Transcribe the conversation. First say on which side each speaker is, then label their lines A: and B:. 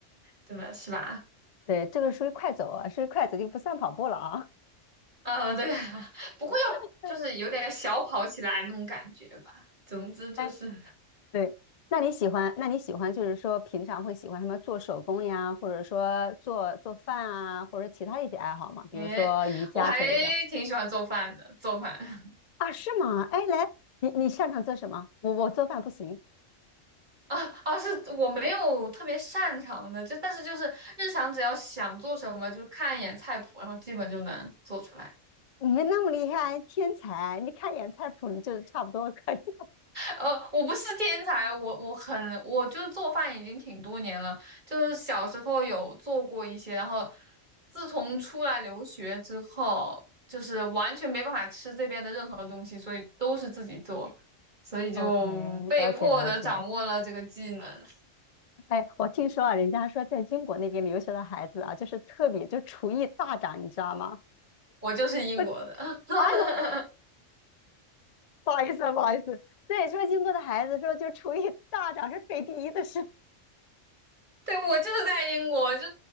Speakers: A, on the right (about 35°); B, on the left (about 50°).
A: 怎么是吧？
B: 对，这个属于快走啊，属于快走就不算跑步了啊。
A: 啊，对啊，不过要就是有点小跑起来那种感觉吧。
B: <laughs>
A: 总之就是，
B: 哎，对，那你喜欢，那你喜欢就是说平常会喜欢什么做手工呀，或者说做做饭啊，或者其他一些爱好吗？比如说瑜伽之类的
A: 哎，我还挺喜欢做饭的，做饭
B: 啊，是吗？哎，来，你你擅长做什么？我我做饭不行。
A: <laughs> 啊啊，是我没有特别擅长的，就但是就是日常只要想做什么，就是看一眼菜谱，然后基本就能做出来。
B: 你们那么厉害，天才！你看一眼菜谱，你就差不多可以。<laughs>
A: 呃，我不是天才，我我很我就是做饭已经挺多年了，就是小时候有做过一些，然后自从出来留学之后，就是完全没办法吃这边的任何东西，所以都是自己做，所以就被迫的掌握了这个技能。
B: OK，了解了解。哎，我听说啊，人家说在英国那边留学的孩子啊，就是特别就厨艺大涨，你知道吗？
A: 我就是英国的，
B: 我
A: <laughs>
B: 啊，不好意思啊，不好意思，对，说英国的孩子说就厨艺大涨是排第一的事，
A: 对，我就是在英国，就